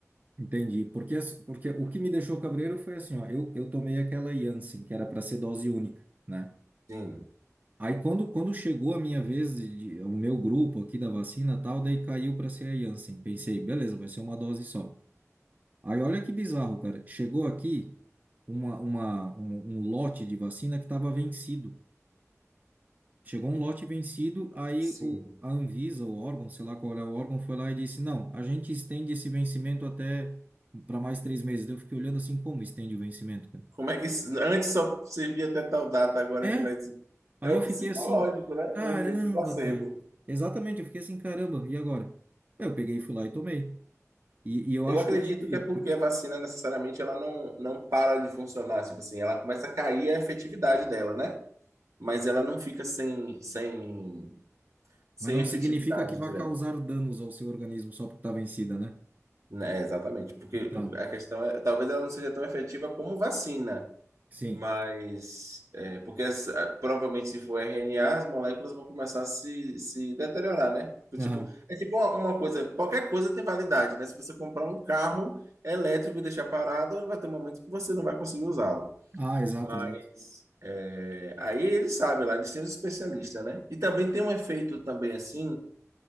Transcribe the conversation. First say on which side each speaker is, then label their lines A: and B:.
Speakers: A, on the right (about 35°); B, on the right (about 75°).
A: Entendi. Porque, as- porque o que me deixou cabreiro foi assim, ó, eu, eu tomei aquela Janssen, que era para ser dose única, né?
B: Sim,
A: Aí quando, quando chegou a minha vez, de, de- o meu grupo aqui da vacina e tal, daí caiu para ser a Janssen. Pensei, beleza, vai ser uma dose só. Aí olha que bizarro, cara. Chegou aqui uma, uma, um, um lote de vacina que estava vencido. Chegou um lote vencido, aí
B: sim.
A: o, a Anvisa, o órgão, sei lá qual é o órgão, foi lá e disse: Não, a gente estende esse vencimento até para mais três meses. Daí Eu fiquei olhando assim: Como estende o vencimento, cara?
B: Como é que isso- antes só servia até tal data, agora
A: É?
B: ele vai ser.
A: Aí
B: É o
A: eu fiquei
B: psicológico,
A: assim:
B: né?
A: Caramba,
B: O efeito placebo.
A: cara. Exatamente, eu fiquei assim: Caramba, e agora? Aí Eu peguei, e fui lá e tomei. E, e eu
B: Eu
A: acho
B: acredito
A: que eu tive,
B: que é porque a vacina necessariamente ela não, não para de funcionar, tipo assim, ela começa a cair a efetividade dela, né? Mas ela não fica sem, sem, sem
A: mas não
B: efetividade
A: significa que vá
B: direta.
A: causar danos ao seu organismo só porque está vencida, né?
B: Né, É, exatamente, porque
A: Então,
B: a questão é, talvez ela não seja tão efetiva como vacina,
A: sim.
B: Mas, é, porque essa- provavelmente se for RNA, as moléculas vão começar a se, se deteriorar, né? Do Tipo,
A: Aham.
B: é tipo uma, uma coisa, qualquer coisa tem validade, né? Se você comprar um carro elétrico e deixar parado, ele vai ter um momento que você não vai conseguir usá-lo.
A: Ah, exato,
B: Mas,
A: exato.
B: é, aí eles sabem lá, eles têm os especialistas, né? E também tem um efeito também, assim,